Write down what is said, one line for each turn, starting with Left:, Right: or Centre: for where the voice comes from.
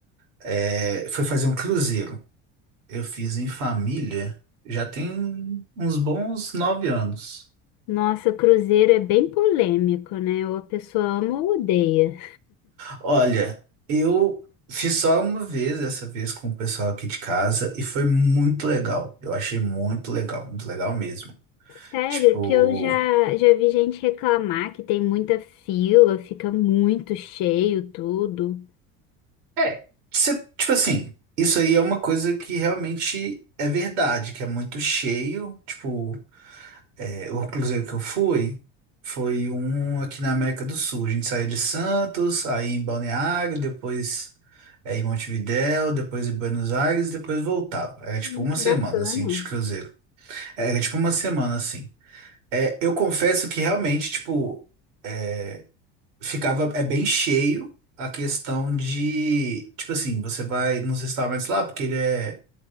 Right: É, Foi fazer um cruzeiro. Eu fiz em família já tem uns bons nove anos.
Left: Nossa, cruzeiro é bem polêmico, né? Ou a pessoa ama ou odeia.
Right: Olha, eu fiz só uma vez, essa vez com o pessoal aqui de casa, e foi muito legal. Eu achei muito legal, muito legal mesmo.
Left: Sério,
Right: Tipo,
Left: que eu já, já vi gente reclamar que tem muita fila, fica muito cheio tudo.
Right: é, cê- tipo assim, isso aí é uma coisa que realmente é verdade, que é muito cheio. Tipo, é, o cruzeiro que eu fui foi um aqui na América do Sul. A gente saiu de Santos, aí em Balneário, depois é, em Montevidéu, depois em Buenos Aires, depois voltava. Era tipo
Left: Hum,
Right: uma
Left: que
Right: semana
Left: bacana.
Right: assim de cruzeiro. É, tipo uma semana, assim. É, eu confesso que realmente, tipo, é, ficava, é bem cheio a questão de, tipo assim, você vai nos restaurantes lá, porque ele é,